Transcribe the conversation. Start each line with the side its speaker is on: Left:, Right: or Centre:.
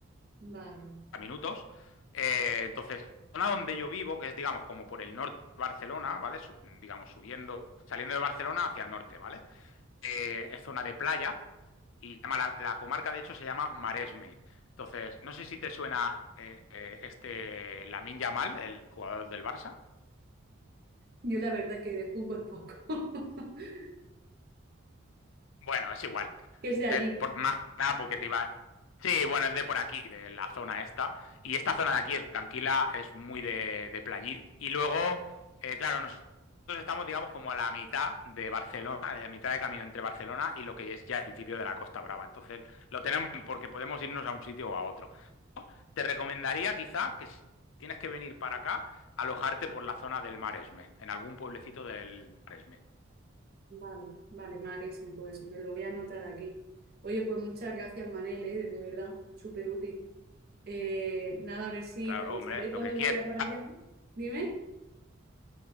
Right: Vale,
Left: minutos. Eh, entonces, la zona donde yo vivo, que es, digamos, como por el norte de Barcelona, ¿vale? Sub- digamos, subiendo, saliendo de Barcelona hacia el norte, ¿vale? Eh, es zona de playa y se llama la, la comarca, de hecho, se llama Maresme. Entonces, no sé si te suena eh, eh, este Lamine Yamal, el jugador del Barça.
Right: yo la verdad que de fútbol poco, <laughs>
Left: Bueno, es igual.
Right: que es de allí.
Left: Te- por, más que nada porque te iba. Sí, bueno, es de por aquí, de la zona esta. Y esta zona de aquí es tranquila, es muy de, de playita. Y luego, eh, claro, nosotros estamos, digamos, como a la mitad de Barcelona, de la mitad de camino entre Barcelona y lo que es ya el principio de la Costa Brava. Entonces, lo tenemos bien porque podemos irnos a un sitio o a otro. Te recomendaría quizá que si tienes que venir para acá, alojarte por la zona del Maresme, en algún pueblecito del Maresme.
Right: Vale, vale, Mares, me, pues, me lo voy a anotar aquí. Oye, pues muchas gracias, Manel, eh, de verdad, súper útil. Eh, nada, a ver si
Left: Claro,
Right: te avisaré
Left: hombre, lo
Right: cuando
Left: que quieras.
Right: vaya para allá. Dime.